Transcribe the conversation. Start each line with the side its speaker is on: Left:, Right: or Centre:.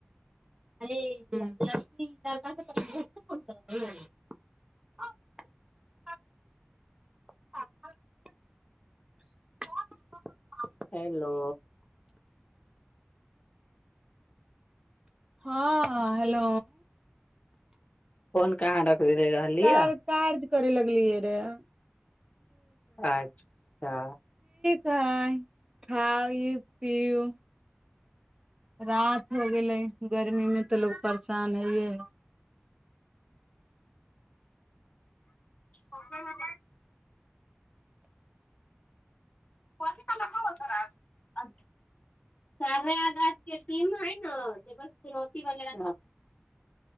Right: अ्म
Left: हेलो
Right: हँ हेलो
Left: फोन कहाँ र सुली
Right: कार
Left: य
Right: कार्य करे लगलियै रह
Left: अच्छा
Right: ख खाउ पिउ रात हो गेलै गर्मीमे तऽ लोक परेशान होइए ह
Left: ककर कोन ल हब त अ चारेग के टीम है न जेकर चुनौती वगर